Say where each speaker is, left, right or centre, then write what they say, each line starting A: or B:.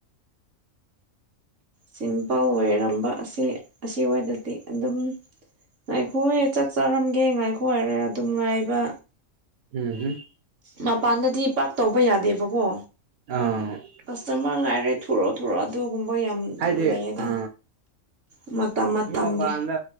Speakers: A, on the right; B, on the right.
A: ꯁꯤꯝꯄꯜ ꯑꯣꯏꯔꯝꯕ ꯑꯁꯤ ꯑꯁꯤ ꯑꯣꯏꯗꯗꯤ ꯑꯗꯨꯝ ꯉꯥꯏꯈꯣꯍꯦ ꯆꯥꯛ ꯆꯥꯔꯝꯒꯦ ꯉꯥꯏꯈꯣ ꯍꯥꯏꯔꯦ ꯑꯗꯨꯝ ꯉꯥꯏꯕ
B: ꯎꯝ ꯍꯝ
A: ꯃꯄꯥꯟꯗꯗꯤ ꯄꯥꯛ ꯇꯧꯕ ꯌꯥꯗꯦꯕꯀꯣ
B: ꯑꯥ
A: ꯀꯁꯇꯃꯔ ꯉꯥꯏꯔꯦ ꯊꯨꯔꯣ ꯊꯨꯔꯣ ꯑꯗꯨꯒꯨꯝꯕ ꯌꯥꯝ
B: ꯍꯥꯏꯗꯤ
A: ꯂꯩꯌꯦꯗ
B: ꯑ
A: ꯃꯇꯝ ꯃꯇꯝꯒꯤ
B: ꯃꯤ ꯃꯄꯥꯟꯗ